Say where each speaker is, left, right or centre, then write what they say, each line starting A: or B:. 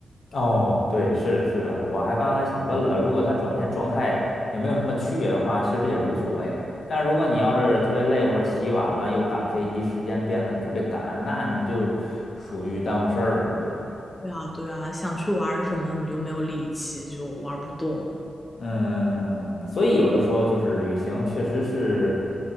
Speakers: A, on the left; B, on the left.
A: 哦，对，是的，是的，我还刚才想问了，如果他转天状态也没有什么区别的话，其实也无所谓。但是如果你要是特别累或者起晚了，又赶飞机，时间变得特别赶，那你就属于耽误事儿了嘛，对吧？
B: 对啊，对啊，想去玩儿什么你就没有力气，就玩儿不动。
A: 嗯嗯嗯，嗯所以有的时候就是旅行确实是